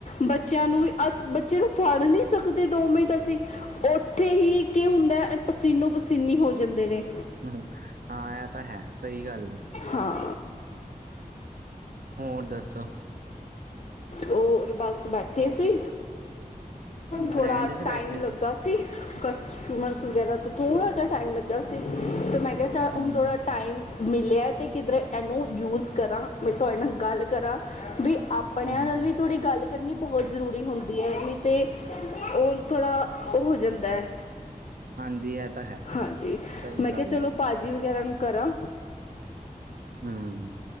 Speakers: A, on the left; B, on the right.
A: ਬੱਚਿਆਂ ਨੂੰ ਵੀ ਅੱਜ ਬੱਚੇ ਨੂੰ ਫੜ ਨਹੀਂ ਸਕਦੇ ਦੋ ਮਿੰਟ ਅਸੀਂ। ਉੱਥੇ ਹੀ ਕੀ ਹੁੰਦਾ ਐ। ਪਸੀਨੋ ਪਸੀਨੀ ਹੋ ਜਾਂਦੇ ਨੇ।
B: ਹੂੰ ਹਾਂ ਇਹ ਤਾਂ ਹੈ ਸਹੀ ਗੱਲ ਈ।
A: ਹਾਂ।
B: ਹੋਰ ਦੱਸੋ।
A: ਹੋਰ ਬਸ ਬੈਠੇ ਸੀ। ਥੋੜਾ
B: ਬ੍ਰੈਂਡ ਚ
A: ਟਾਈਮ
B: ਬੈਠੇ
A: ਲੱਗਾ। ਸੀ ਕਸਟਮਰਸ ਵਗੈਰਾ ਤੋਂ ਥੋੜ੍ਹਾ ਜਿਹਾ ਟਾਈਮ ਲੱਗਾ ਸੀ ਤੇ ਮੈਂ ਕਿਹਾ
B: ਹਮ
A: ਹੁਣ ਥੋੜ੍ਹਾ ਟਾਈਮ ਮਿਲਿਆ ਐ ਤੇ ਕਿਧਰੇ ਇਹਨੂੰ ਯੂਜ ਕਰਾਂ ਮੈਂ ਤੁਹਾਡੇ ਨਾਲ ਗੱਲ ਕਰਾਂ ਵੀ ਆਪਣਿਆਂ
B: ਹਮ
A: ਨਾਲ ਵੀ ਥੋੜ੍ਹੀ ਗੱਲ ਕਰਨੀ ਬਹੁਤ ਜ਼ਰੂਰੀ ਹੁੰਦੀ ਏ। ਨਹੀਂ ਤੇ ਉਹ ਥੋੜ੍ਹਾ ਉਹ ਹੋ ਜਾਂਦਾ ਐ।
B: ਹਾਂਜੀ ਇਹ ਤਾਂ ਹੈ
A: ਹਾਂਜੀ
B: ਸਹੀ
A: ਮੈਂ
B: ਗੱਲ
A: ਕਿਹਾ ਚਲੋ ਭਾਜੀ ਵਗੈਰਾ ਨੂੰ ਕਰਾਂ।
B: ਹੂੰ